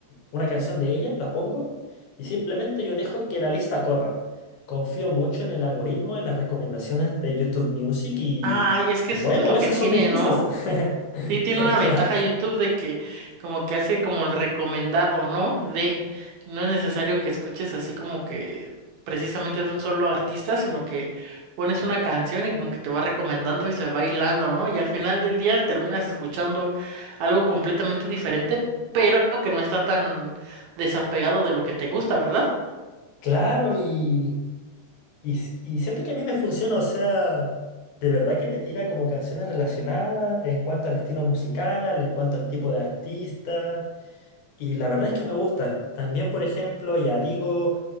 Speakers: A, on the left (about 80°); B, on the right (about 75°).
A: una canción de ella, la pongo y simplemente yo dejo que la lista corra. Confío mucho en el algoritmo, en las recomendaciones de YouTube Music y
B: Ay, es que
A: bueno,
B: esto es lo
A: esas
B: que tiene,
A: son mis listas.
B: ¿no?
A: <laughs>
B: Sí, tiene una ventaja
A: Claro,
B: YouTube de que como que hace como el recomendado, ¿no? De, no es necesario que escuches así como que precisamente de un solo artista, sino que pones una canción y como que te va recomendando y se va hilando, ¿no? Y al final del día terminas escuchando algo completamente diferente, pero que no está tan desapegado de lo que te gusta, ¿verdad?
A: claro, y Y, s- y siento que a mí me funciona, o sea, de verdad que te tira como canciones relacionadas en cuanto al estilo musical, en cuanto al tipo de artista, y la verdad es que me gusta. También, por ejemplo, ya digo,